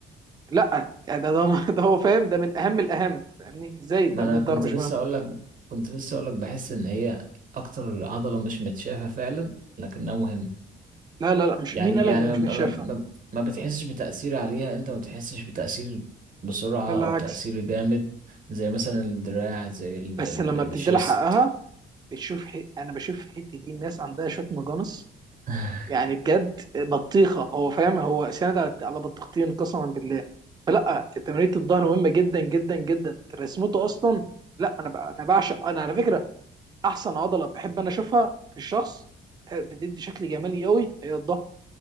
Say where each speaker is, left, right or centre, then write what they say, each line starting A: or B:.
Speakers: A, on the right (about 20°); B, on the right (about 45°).
A: لا يعني ده, ده <laughs> ده هو فاهم ده من اهم الاهم فاهمني ازاي ده
B: ما انا
A: من الظهر
B: كنت
A: مش
B: لسه
A: مهم
B: اقول لك كنت لسه اقول لك بحس ان هي اكتر عضلة مش متشافة فعلا لكنها مهمة
A: لا لا لا مش
B: يعني
A: مين قالك
B: يعني
A: اللي مش
B: ما,
A: متشافه
B: ما, ما ما بتحسش بتأثير عليها انت ما بتحسش بتأثير بسرعة
A: بالعكس
B: او تأثير جامد زي مثلا الدراع زي ال
A: بس
B: ال
A: لما بتدي
B: الشيست
A: لها حقها بتشوف ح... انا بشوف الحته دي الناس عندها شويه مجانس
B: <laughs>
A: يعني بجد بطيخه هو فاهم هو سند على على بطيختين قسما بالله فلا تمرينة الظهر مهمه جدا جدا جدا رسمته اصلا لا انا ب... انا بعشق انا على فكره احسن عضله بحب انا اشوفها في الشخص آه، بتدي شكل جمالي قوي هي الظهر